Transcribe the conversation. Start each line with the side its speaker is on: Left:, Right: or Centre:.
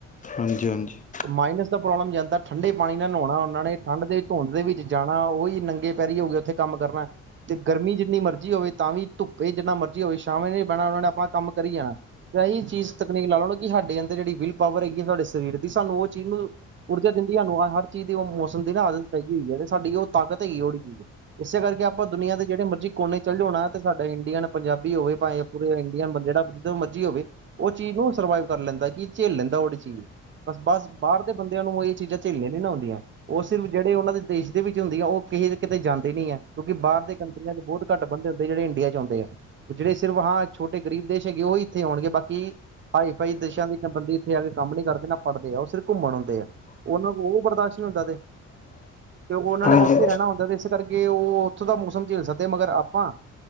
Left: ਹਾਂਜੀ, ਹਾਂਜੀ।
Right: ਮਾਈਨਸ ਦਾ ਪ੍ਰੋਬਲਮ ਜਾਂਦਾ ਠੰਡੇ ਪਾਣੀ ਨਾ ਨੋਨਾ ਉਨਾਂ ਨੇ, ਠੰਡ ਦੇ ਧੁੰਦ ਦੇ ਵਿੱਚ ਜਾਣਾ, ਓਈ ਨੰਗੇ ਪੈਰੀ ਹੋ ਗਏ ਉੱਥੇ ਕੰਮ ਕਰਨੈ। ਤੇ ਗਰਮੀ ਜਿੰਨੀ ਮਰਜ਼ੀ ਹੋਵੇ ਤਾਂ ਵੀ ਧੁੱਪੇ ਜਿੰਨਾ ਮਰਜ਼ੀ ਹੋਵੇ, ਸ਼ਾਮੇ ਨੀ ਬੈਣਾ ਉਨਾਂ ਨੇ, ਆਪਣਾ ਕੰਮ ਕਰੀ ਜਾਣਾ। ਤੇ ਇਹੀ ਚੀਸ ਤਕਨੀਕ ਲਾ ਲਓ ਕਿ ਸਾਡੇ ਅੰਦਰ ਜੇੜੀ ਵਿਲ ਪਾਵਰ ਹੈਗੀ ਐ ਸਾਡੇ ਸਰੀਰ ਸਾਨੂੰ ਓ ਚੀਜ਼ ਨੂੰ, ਊਰਜਾ ਦਿੰਦੀ ਹਾਨੂੰ ਆ ਚੀਜ ਦੀ ਓ ਮੌਸਮ ਦੀ ਨਾ ਆਦਤ ਪੈਗੀ ਹੋਈ ਆ ਤੇ ਸਾਡੀ ਓ ਤਾਕਤ ਹੈਗੀ ਉੜੀ ਚੀਜ਼। ਇਸੇ ਕਰਕੇ ਆਪਾਂ ਦੁਨੀਆਂ ਦੇ ਜੇੜ੍ਹੇ ਮਰਜ਼ੀ ਕੋਨੇ ਚੱਲ ਜੋ ਨਾ ਤੇ ਸਾਡਾ ਇੰਡੀਅਨ ਪੰਜਾਬੀ ਹੋਵੇ ਭਾਏ ਪੂਰੇ ਇੰਡੀਅਨ ਬੰ ਜੇੜਾ ਜਦੋਂ ਮਰਜ਼ੀ ਹੋਵੇ, ਓ ਚੀਜ਼ ਨੂੰ ਸਰਵਾਈਵ ਕਰ ਲੈਂਦਾ, ਕੀ ਝਿਲ ਲੈਂਦਾ ਓ ਚੀਜ਼। ਬਸ, ਬਸ ਬਾਰ ਦੇ ਬੰਦਿਆਂ ਨੂੰ ਏ ਚੀਜ਼ਾਂ ਝੇਲੀਆਂ ਨੀ ਨਾ ਔਦੀਆਂ। ਓ ਸਿਰਫ ਜੇੜੇ ਉਨਾਂ ਦੇ ਦੇਸ਼ ਦੇ ਵਿੱਚ ਹੁੰਦੀ ਆ ਓ ਕਿਤੇ ਜਾਂਦੇ ਨੀ ਐ ਕਿਉਂਕੀ ਬਾਰ ਦੇ ਕਟੰਰੀਯਾ ਦੇ ਬੋਤ ਘਟ ਬੰਦੇ ਹੁੰਦੇ ਜੇੜੇ ਇੰਡੀਆ ਚ ਔਂਦੇ ਆ। ਜੇੜ੍ਹੇ ਸਿਰਫ ਹਾਂ ਛੋਟੇ ਗਰੀਬ ਦੇਸ਼ ਹੈਗੇ ਓ ਈ ਇੱਥੇ ਓਣਗੇ ਬਾਕੀ ਹਾਈ ਫਾਈ ਦੇਸ਼ਾਂ ਦੀ ਇੱਕ ਬੰਦੇ ਇੱਥੇ ਆ ਕੇ ਕੰਮ ਨੀ ਕਰਦੇ ਨਾ ਪੜ੍ਹਦੇ ਆ ਓ ਸਿਰਫ ਘੁੰਮਣ ਔਂਦੇ ਆ ਉਨਾਂ ਓ ਬਰਦਾਸ਼ਤ ਨੀ ਹੁੰਦਾ ਤੇ ਤੇ ਓਨਾਂ
Left: ਹਾਂਜੀ
Right: ਨੇ ਉੱਥੇ ਰੈਣਾ ਹੁੰਦਾ ਤੇ ਇਸ ਕਰਕੇ ਓ ਉੱਥੋ ਦਾ ਮੌਸਮ ਝੈਲ ਸਕਦੇ ਮਗਰ ਆਪਾਂ